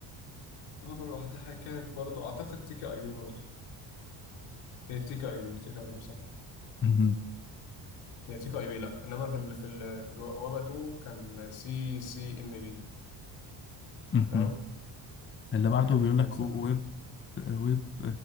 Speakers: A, on the left; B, on the left.
A: لعبة لوحدها كانت برضو أعتقد تيكا أي بي برضو هي تيكا أي بي تيكا أي بي صح
B: مهم.
A: هي تيكا أي بي لأ إنما في ال في ال في الوابا 2 كان سي سي إم بي
B: مهم.
A: تمام
B: اللي
A: واحد
B: بعده بيقول
A: ينسى
B: لك ويب ويب